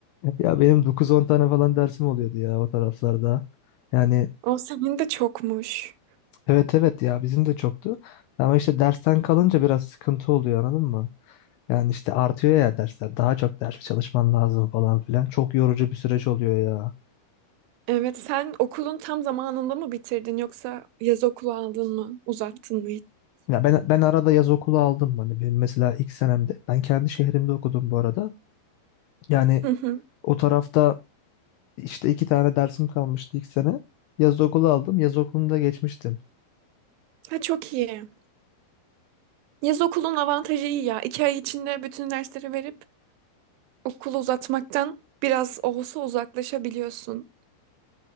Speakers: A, on the left; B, on the right.
A: Ya benim 9-10 tane falan dersim oluyordu ya o taraflarda. Yani
B: O senin de çokmuş.
A: evet evet ya bizim de çoktu. Ama işte dersten kalınca biraz sıkıntı oluyor anladın mı? Yani işte artıyor ya dersler. Daha çok ders çalışman lazım falan filan. Çok yorucu bir süreç oluyor ya.
B: Evet, sen okulun tam zamanında mı bitirdin yoksa yaz okulu aldın mı, uzattın mı? hiç?
A: Ya ben ben arada yaz okulu aldım. Hani benim mesela ilk senemde ben kendi şehrimde okudum bu arada. Yani
B: Hı hı.
A: o tarafta işte iki tane dersim kalmıştı ilk sene. Yaz okulu aldım. Yaz okulunda geçmiştim.
B: Ha, çok iyi. Yaz okulun avantajı iyi ya. İki ay içinde bütün dersleri verip okulu uzatmaktan biraz olsa uzaklaşabiliyorsun.